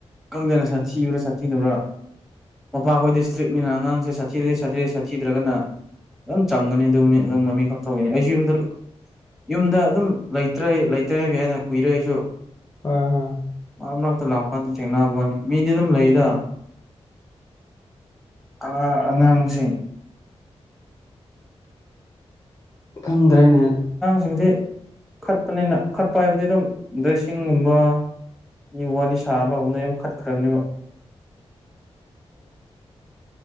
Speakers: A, in the centre; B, on the left.
A: ꯀꯪꯗꯅ ꯁꯥꯊꯤꯕ꯭ꯔꯥ ꯁꯥꯊꯤꯕ꯭ꯔꯥ ꯃꯄꯥꯈꯣꯏ ꯗꯤ ꯏꯁꯇ꯭ꯔꯤꯛꯅꯤꯅ ꯑꯉꯥꯡꯁꯦ ꯁꯥꯊꯤꯗꯗꯤ ꯁꯥꯊꯤꯔꯩ ꯁꯥꯊꯤꯗ꯭ꯔꯒꯅ ꯌꯥꯝ ꯆꯝꯒꯅꯤ ꯑꯗꯨ ꯃꯃꯤ ꯈꯛꯇ ꯑꯣꯏꯒꯅꯤ ꯑꯩꯁꯨ ꯌꯨꯝꯗ ꯌꯨꯝꯗ ꯑꯗꯨꯝ ꯂꯩꯇ꯭ꯔꯦ ꯂꯩꯇ꯭ꯔꯦ ꯍꯥꯏꯕ ꯌꯥꯏꯅ ꯀꯨꯏꯔꯦ ꯑꯩꯁꯨ
B: ꯍꯣꯌ ꯍꯥꯥ
A: ꯃꯔꯛꯇ ꯂꯥꯛꯄꯀꯥꯟꯗ ꯊꯦꯡꯅꯕꯅꯤ ꯃꯤꯗꯤ ꯑꯗꯨꯝ ꯂꯩꯗ ꯑ ꯑꯉꯥꯡꯁꯤꯡ
B: ꯈꯪꯗ꯭ꯔꯦꯅꯦ
A: ꯁꯤꯡꯗꯤ ꯈꯠꯄꯅꯤꯅ ꯈꯠꯄ ꯍꯥꯏꯕꯗꯤ ꯑꯗꯨꯝ ꯗ꯭ꯔꯦꯁꯤꯡꯒꯨꯝꯕ ꯃꯤ ꯋꯥꯅꯤ ꯁꯥ ꯑꯃ ꯎꯅ ꯌꯥꯝ ꯀꯠꯈ꯭ꯔꯕꯅꯦꯕ
B: <unintelligible>